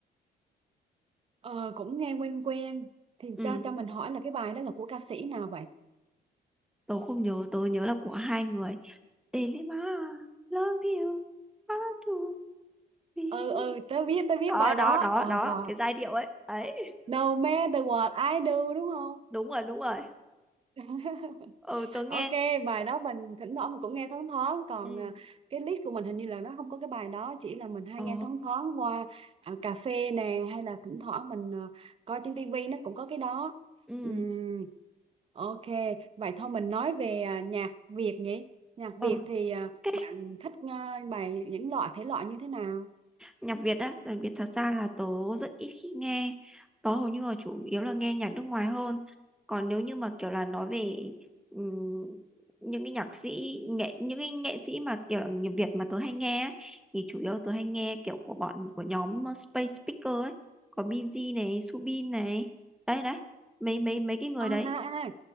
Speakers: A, on the right; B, in the centre.
A: Ờ, cũng nghe quen quen thì
B: Ừ,
A: cho cho mình hỏi là cái bài đó là của ca sĩ nào vậy?
B: tớ không nhớ, tớ nhớ là của hai người Delima love you how to be
A: Ừ ừ tớ biết tớ biết
B: đó
A: bài
B: đó
A: đó.
B: đó
A: Ờ
B: đó
A: rồi.
B: cái giai điệu ấy đấy
A: No matter what I do đúng không?
B: đúng rồi đúng rồi
A: <laughs>
B: ừ tớ nghe
A: Ok, bài đó mình thỉnh thoảng mình cũng nghe thoáng thoáng còn
B: ừ
A: à, cái list của mình hình như là nó không có cái bài đó chỉ là mình hay
B: ồ
A: nghe thoáng thoáng qua à, cà phê nè hay là thỉnh thoảng mình à, coi trên tivi nó cũng có cái đó.
B: ừ
A: Ừm, ok, vậy thôi mình nói về à, nhạc Việt nhỉ? Nhạc
B: ừ
A: Việt thì à,
B: ok.
A: bạn thích à, bài những loại thể loại như thế nào?
B: nhạc Việt á nhạc Việt thật ra là tớ rất ít khi nghe tớ hầu như là chủ yếu là nghe nhạc nước ngoài hơn còn nếu như mà kiểu là nói về ừm, những cái nhạc sĩ nghệ những cái nghệ sĩ mà kiểu là nhạc Việt mà tớ hay nghe ấy, thì chủ yếu tớ hay nghe kiểu của bọn của nhóm Space Speaker ấy có Binz này Subin này đấy đấy mấy mấy mấy cái người
A: À,
B: đấy
A: à, à